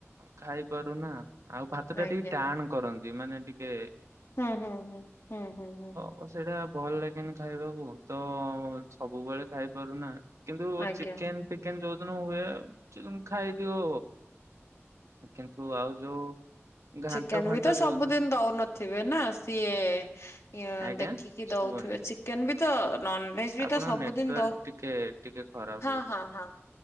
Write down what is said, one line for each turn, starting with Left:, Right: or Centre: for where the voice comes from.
Right: ଖାଇପାରୁନା ଆଉ ଭାତ ଟା
Left: ଆଜ୍ଞା
Right: ଟିକେ ଟାଣ କରନ୍ତି ମାନେ ଟିକେ
Left: ହୁଁ ହୁଁ ହୁଁ ହୁଁ ହୁଁ ହୁଁ
Right: ଓ ସେଇଟା ଭଲ ଲାଗେନି ଖାଇବାକୁ ତ ସବୁବେଳେ ଖାଇପାରୁନା। କିନ୍ତୁ
Left: ଆଜ୍ଞା
Right: ଚିକେନ୍ ଫିକେନ୍ ଯୋଉଦିନ ହୁଏ ସେଦିନ ଖାଇଦିଉ। କିନ୍ତୁ ଆଉ ଯୋଉ ଘାଣ୍ଟ
Left: ଚିକେନ୍
Right: ଫାଣ୍ଟ
Left: ବି ତ ସବୁଦିନ
Right: ଯୋଉ
Left: ଦଉନଥିବେ ନା ସିଏ।
Right: ଆଜ୍ଞା
Left: ଦେଖିକି
Right: ଶୁଭୁନି।
Left: ଦଉଥିବେ ଚିକେନ ବି ତ ନନ ଭେଜ୍ ବି
Right: ଆପଣଙ୍କ
Left: ତ ସବୁଦିନ
Right: ନେଟୱାର୍କ
Left: ଦଉ
Right: ଟିକେ ଟିକେ ଖରାପ
Left: ହଁ
Right: ହଉଛି।
Left: ହଁ ହଁ